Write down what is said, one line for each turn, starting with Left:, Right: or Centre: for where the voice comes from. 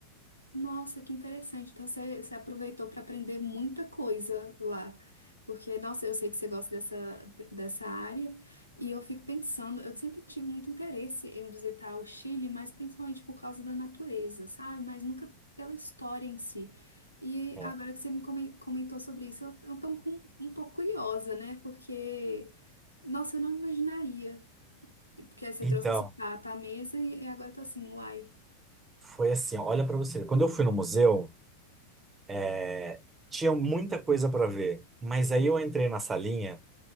Left: Nossa, que interessante. Então você, você aproveitou para aprender muita coisa lá. Porque, nossa, eu sei que você gosta dessa, dessa área. E eu fico pensando, eu sempre tive muito interesse em visitar o Chile, mas principalmente por causa da natureza, sabe? Mas nunca pela história em si. E
Right: É.
Left: agora que você me comen- comentou sobre isso, eu, eu tô um com- um pouco curiosa, né? Porque, nossa, eu não imaginaria. Porque aí você
Right: Então.
Left: trouxe esse prato à mesa e, e agora eu tô assim, uai.
Right: Foi assim, ó, olha pra você. Quando eu fui no museu, é, tinha muita coisa pra ver, mas aí eu entrei na salinha